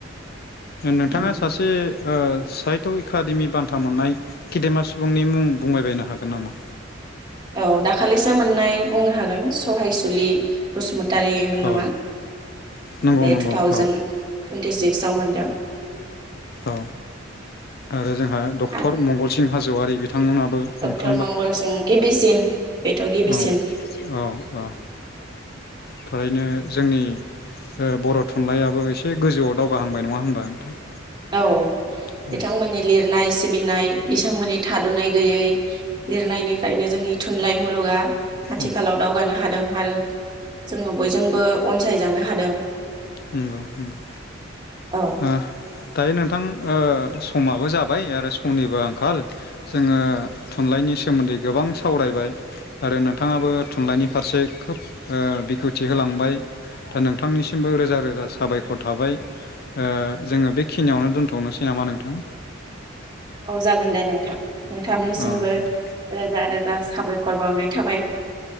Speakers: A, on the left; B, on the right.
A: नोंथांङा
B: औ
A: सासे ओ साहित्य एकाडेमि बान्था मोननाय खेदेमा सुबुंनि मुं बुंबायबायनो हागोन नामा?
B: औ दाखालिसो मोननाय बुंनो हागोन सहायसु बलि बसुमत तारिमोन नामा
A: औ नंगौ
B: बे
A: नंगौ
B: टु थावजेेन
A: औ
B: टुवन्टि सिक्सयाव मोनदों। <inaudible>
A: औ आरो जोंहा डक्टर
B: आरो
A: मंगलसिं हाजवारि बि थांमोनाबो मोनखांबाय
B: डक्टर मंगल सिं गिबिसिन बेथ' गिबिसिन
A: औ औ‌ औ थारैनो जोंनि ओ बर' थुनलाइयाबो एसे गोजौआव दावगाहांबाय नंङा होनबा नोंथां?
B: औ
A: उम
B: बिथांमोननि लिरनाय सिबिनाय बिसांमोननि थादनाय गैयै लिरनायनिफ्रायनो जोंनि थुनलाइ मुलुगा आथिखालाव
A: उम
B: दावगानो हादों आरो जोंङो बयजोंबो अनसायजानो हादों
A: नंगौ नंगौ
B: औ
A: ओ दायो नोंथां ओ समाबो जाबाय आरो समनिबो आंखाल जोंङो थुनलाइनि सोमोन्दै गोबां सावरायबाय आरो नोंथांङाबो थुनलाइनि फारसे खोब ओ‌ बेखेवथि होलांबाय दा नोंथांनिसिमबो रोजा रोजा साबायखर थाबाय। ओ जोंङो बेखिनियावनो दोन्थनोसै नामा नोंथां?
B: औ जागोन दे नोंथां नोंथांनिसिमबो
A: अ दे
B: रोजा रोजा साबाय खर बावनाय थाबाय।